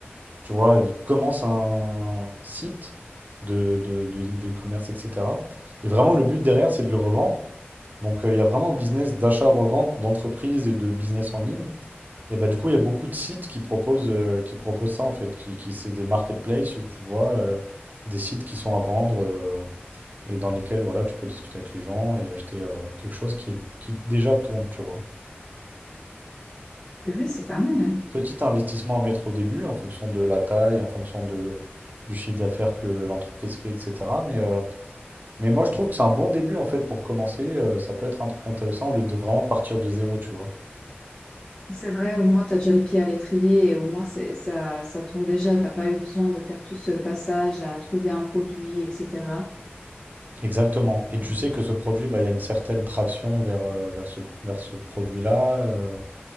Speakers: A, on the right; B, on the left.
A: Tu vois, ils commencent un site de, de, de- d'e-commerce, etc. Et vraiment, le but derrière, c'est de le revendre. Donc, euh, il y a vraiment un business d'achat-revente d'entreprises et de business en ligne. Et bah, du coup, il y a beaucoup de sites qui proposent, euh, qui proposent ça, en fait, qui, qui c'est des marketplaces où tu vois euh, des sites qui sont à vendre euh, et dans lesquels, voilà, tu peux discuter avec les gens et acheter euh, quelque chose qui est, qui déjà tourne, tu vois.
B: Purée, c'est pas mal. hein.
A: Petit investissement à mettre au début en fonction de la taille, en fonction de, du chiffre d'affaires que l'entreprise fait, etc. Mais, euh, mais moi, je trouve que c'est un bon début en fait pour commencer. euh, ça peut être un truc intéressant au lieu de vraiment partir de zéro, tu vois.
B: C'est vrai, au moins, t'as déjà le pied à l'étrier et au moins, c'est, ça, ça tourne déjà. T'as pas eu besoin de faire tout ce passage à trouver un produit, etc.
A: Exactement. Et tu
B: Donc,
A: sais
B: Ouais.
A: que ce produit, bah, il y a une certaine traction vers, euh, vers ce, vers ce produit-là, euh,